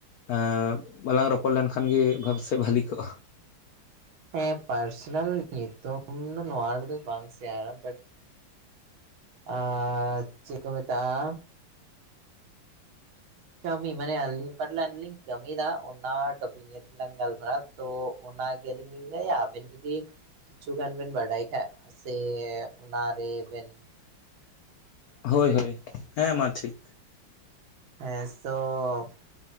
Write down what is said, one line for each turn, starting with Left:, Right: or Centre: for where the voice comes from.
Left: ᱟᱸ ᱵᱟᱞᱟᱝ ᱨᱚᱯᱚᱲ ᱞᱮᱱᱠᱷᱟᱱ ᱜᱮ ᱵᱟᱝ ᱥᱮ ᱵᱷᱟᱞᱤ ᱠᱚᱜᱼᱟ᱾
Right: ᱦᱮᱸ ᱯᱟᱨᱥᱚᱱᱟᱞ ᱧᱩᱛᱩᱢ ᱱᱚᱣᱟ ᱨᱮᱫᱚ ᱵᱟᱝ ᱥᱮᱟᱨ <inaudible> ᱟᱨ ᱪᱮᱫ ᱠᱚ ᱢᱮᱛᱟᱜᱼᱟ ᱠᱟᱹᱢᱤ ᱢᱟᱱᱮ ᱟᱹᱞᱤᱧ ᱚᱠᱟᱴ ᱞᱟᱭᱤᱱ ᱨᱮ ᱞᱤᱧ ᱠᱟᱹᱢᱤ ᱫᱟ ᱚᱱᱟ ᱴᱚᱯᱤᱠ ᱱᱤᱭᱟᱹ ᱛᱮᱞᱟᱝ ᱜᱟᱞᱢᱟᱨᱟᱣᱼᱟ ᱛᱚ ᱚᱱᱟ ᱜᱮ ᱟᱹᱞᱤᱧ ᱞᱤᱧ ᱞᱟᱹᱭᱟ ᱟᱵᱮᱱ ᱡᱩᱫᱤ ᱠᱤᱪᱷᱩ ᱜᱟᱱ ᱵᱮᱱ ᱵᱟᱰᱟᱭ ᱠᱷᱟᱡ ᱥᱮ ᱚᱱᱟ ᱨᱮᱵᱮᱱ
Left: ᱦᱳᱭ ᱦᱳᱭ ᱦᱮᱸ ᱢᱟ ᱴᱷᱤᱠ᱾
Right: <inaudible>